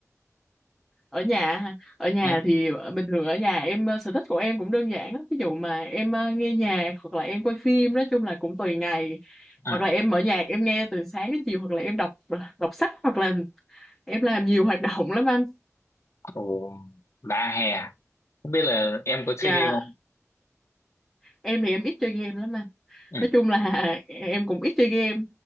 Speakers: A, in the centre; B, on the left.
A: ở nhà hả? ở nhà
B: Ừ,
A: thì bình thường ở nhà em ờ, sở thích của em cũng đơn giản lắm ví dụ mà em ờ, nghe nhạc hoặc là em coi phim nói chung là cũng tùy ngày
B: ừ.
A: hoặc là em mở nhạc em nghe từ sáng đến chiều hoặc là em đọc ờ, đọc sách hoặc là em làm nhiều hoạt động lắm anh
B: Ồ, đã hè. à? Không biết là em có chơi
A: và
B: game không?
A: em thì em ít chơi game lắm anh
B: Ừ.
A: nói chung là <laughs> em cũng ít chơi game